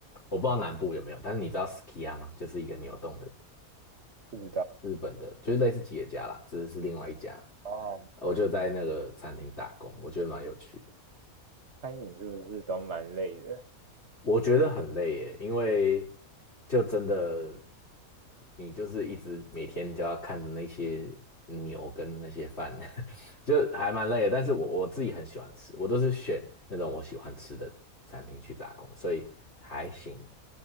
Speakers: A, on the left; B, on the right.
A: 我不知道南部有没有，但是你知道 Skia 吗？就是一个牛洞的
B: 不知道
A: 日本的，就是类似企业家啦，只是是另外一家。
B: 哦，
A: 我就在那个餐厅打工，我觉得蛮有趣的。
B: 餐饮是不是都蛮累的？
A: 我觉得很累耶，因为就真的，你就是一直每天都要看着那些牛跟那些饭，<laughs> 就还蛮累的。但是我我自己很喜欢吃，我都是选那种我喜欢吃的餐厅去打工，所以还行。